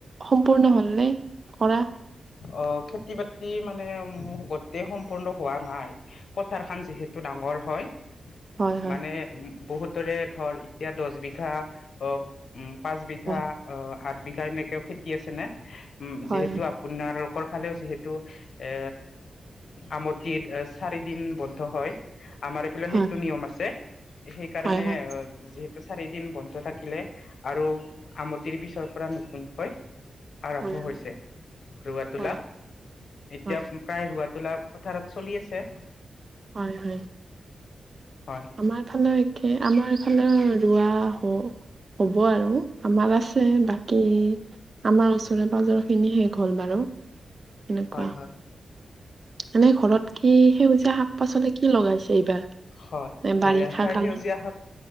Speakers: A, on the right; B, on the left.
A: সম্পূৰ্ণ হ'লনে কৰা?
B: অ খেতি বাতি মানে গোটেই সম্পূৰ্ণ হোৱা নাই পথাৰ খান যিহেতু ডাঙৰ হয়
A: হয় হয়
B: মানে উম বহুত ধৰ এতিয়া দছ বিঘা অ উম পাঁচ বিঘা
A: হয়
B: অ আঠ বিঘা এনেকেও খেতি আছেনে উম যিহেতু
A: হয়
B: আপোনালোকৰ ফালেও যিহেতু এ আমটিত চাৰি দিন বন্ধ হয় আমাৰ এইফালে
A: হয়
B: সেইটো নিয়ম আছে সেইকাৰণে
A: হয় হয়
B: অ যিহেতু চাৰি দিন বন্ধ থাকিলে আৰু আমটিৰ পিছৰ পৰা নতুনকৈ আৰম্ভ
A: হয় হয় হয়
B: হৈছে ৰোৱা তোলা
A: হয়
B: এতিয়া
A: হয়
B: প্ৰায় ৰোৱা তোলা পথাৰত চলি আছে
A: হয় হয়
B: হয়
A: আমাৰ ফালে একে আমাৰ ফালে ৰোৱা হওক হ'ব আৰু আমাৰ আছে বাকী আমাৰ ওচৰে পাজৰ খিনি শেষ হল বাৰু এনেকুৱা
B: হয় হয়
A: মানে ঘৰত কি সেউজীয়া শাক পাচলি কি লগাইছে এইবাৰ
B: হয়
A: বাৰিষা
B: এ
A: কাল
B: সেউজীয়া শাক